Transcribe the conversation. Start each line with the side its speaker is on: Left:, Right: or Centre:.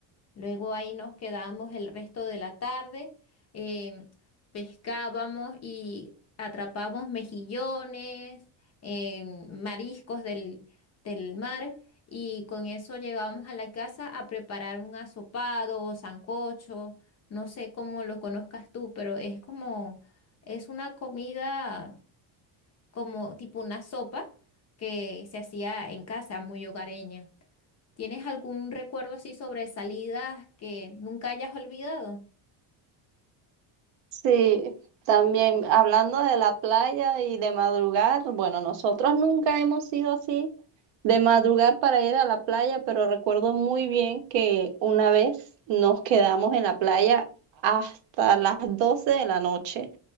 Left: Luego ahí nos quedábamos el resto de la tarde, eh, pescábamos y atrapábamos mejillones, eh, mariscos del, del mar. Y con eso llegábamos a la casa a preparar un asopado o sancocho, no sé cómo lo conozcas tú, pero es como, es una comida como tipo una sopa que se hacía en casa, muy hogareña. ¿Tienes algún recuerdo así sobre salidas que nunca hayas olvidado?
Right: Sí, también hablando de la playa y de madrugar, bueno, nosotros nunca hemos sido así de madrugar para ir a la playa, pero recuerdo muy bien que una vez nos quedamos en la playa hasta las doce de la noche